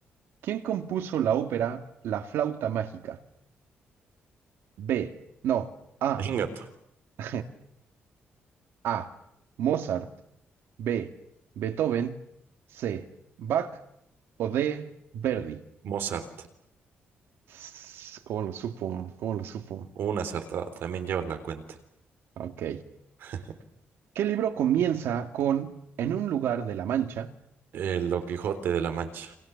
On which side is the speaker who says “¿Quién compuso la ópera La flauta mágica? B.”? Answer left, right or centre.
Right